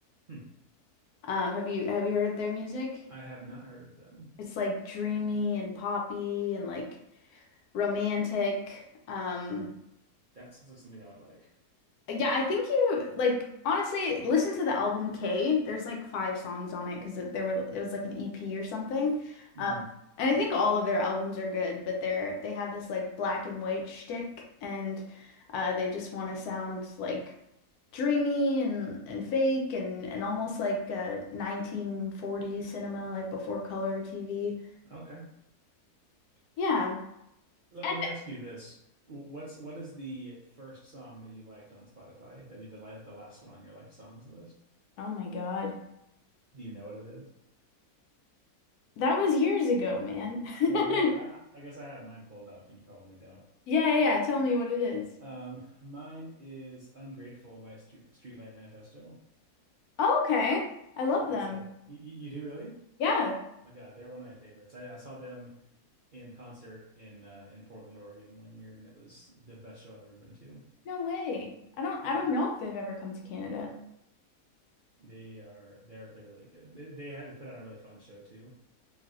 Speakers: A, on the right; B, on the left.
A: Hmm.
B: Um, have you have you heard of their music?
A: I have not heard of them.
B: It's like dreamy and poppy and like romantic. Um,
A: That sounds like something I would like.
B: Yeah, I think you like honestly listen to the album K. There's like five songs on it because it, there were it was like an EP or something.
A: hmm
B: Um, and I think all of their albums are good, but they're they have this like black and white shtick, and uh, they just want to sound like dreamy and and fake and and almost like uh, 1940s cinema, like before color TV.
A: Okay.
B: Yeah.
A: Let,
B: And
A: let me ask you this. What's what is the first song that you liked on Spotify? That'd be the la the last one on your like songs list.
B: oh my God,
A: Do you know what it is?
B: that was years ago, man. <laughs>
A: Well, I have I I I guess I have mine pulled up, and you probably don't.
B: Yeah, yeah. yeah. Tell me what it is.
A: Um, mine is "Ungrateful" by Street Streetlight Manifesto.
B: Oh, okay. I love
A: That's
B: them.
A: a you, you you do really?
B: Yeah.
A: My God, they're one of my favorites. I, I saw them in concert in uh, in Portland, Oregon one year, and it was the best show I've ever been to.
B: No way. I don't I
A: Yeah,
B: don't know if they've ever come to Canada.
A: they are they're they're really good. They, they had to put on a really fun show too.